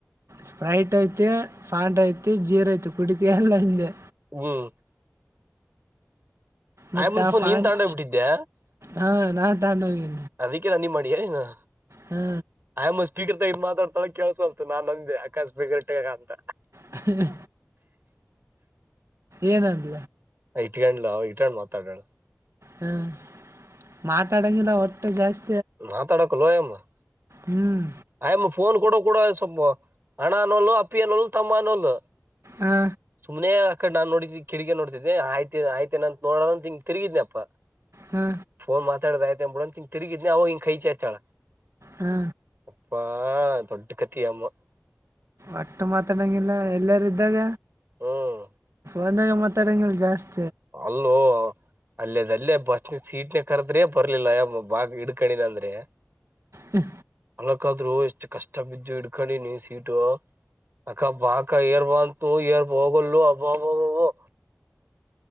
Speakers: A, on the right (about 65°); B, on the right (about 45°).
A: ಸ್ಪ್ರೈಟ್ ಐತಿ ಪಫಾಂಡ್ ಐತಿ ಜೀರ್ ಐತಿ ಕುಡಿತ ಎಲ್ಲ ಹಿಂದೆ
B: ಹ್ಮ್
A: ಮತ್ತು
B: ಆಯ್ಮನ್ಫೋನ್
A: ಆ ಫಾಂಟ್
B: ನೀನ್ ತಗೊಂಡ ಹೋಗ್ಬಿಟ್ಟಿದ್ದೆ
A: ಹಾ ನಾನ್ ತ ಹೋಗಿ
B: ಅದಕ್ಕೆ ನಾನಿ ಮಾಡಿ ಆ
A: ಹಾ
B: ಆಯ ಮ ಶೀಗ್ರತೆ ಇಗ ಮಾತಡ್ತಳ ಕೆಸ ಅಲ್ತ ನನ್ ನಂದಗೆ ಆಕಾಶ ಬಿಗರಟಗ ಅಂತ
A: ಹ
B: ಹ
A: ಏನ ಅಂದ
B: ಇಟ್ ಇಟಂಡ್ ಮಾತಾಡಳ
A: ಹ್ಮ್ ಮಾತಾಡಂಗಿಲ್ಲ ಹೊಟ್ಟೆ ಜಾಸ್ತಿ
B: ನಾ ತಡಕ ಲೋ ಎಮ
A: ಹ್ಮ್
B: ಆ ಫೋನ್ ಕಡ ಕೂಡ ಅಣ ನೋಲ ಅಪ್ಪಿಯನೋಲ್ ತಮ್ಮ ನೋಲ್
A: ಹಾ
B: ಸುಮನೆ ಅಕ್ಕಡೆ ನಾ ನೋಡಿದ್ದೀ ಕಿಗ ನೋಡ್ತಿದ್ದೆನೆಯ್ತ ಆಯ್ತನಂತ ನೋಡೋಂತ ಹಿಂಗ ತಿಗಿದ್ನಪ್ಪ
A: ಹಾ
B: ಫೋನ್ ಮಾತಾಡತ ತಿರಿಗತನ ಅವ ಈ ಕೈ ಚೆ ಚಳ
A: ಹ್ಮ
B: ಅಪ್ಪಾ ದೊಡ್ ಕತ್ತಿಯಾಮ
A: ಒಟ್ಟು ಮಾತಾಡಂಗಿಲ್ಲ ಎಲ್ಲಾರ ಇದ್ದಾಗ
B: ಹ್ಮ್
A: ಒಂದಾಗ ಮಾತಾಡೋಂಗಿಲ್ಲ ಜಾಸ್ತಿ
B: ಅಲ್ಲು ಅಲ್ಲೇದ ಅಲ್ಲೇ ಬಸ್ನ ಸೀಟ್ನ ಕರದ್ರೆ ಬರ್ಲಿಲ್ಲ ಬಾಗ ಹಿಡ್ಕಣಿನ ಅಂದ್ರೆ
A: ಹ್ಮ
B: ಮಳಕಾದ್ರು ಎಷ್ಟು ಕಷ್ಟ ಬಿದ್ದು ಇಡ್ಕೊಂಡಿನಿ ಸೀಟು ಅಕ್ಕ ಬಾಕ ಏರ್ ಬಂತು ಏರ್ ಹೋಗಲ್ಲು ಅಬ್ಬಬ್ಬಬಬ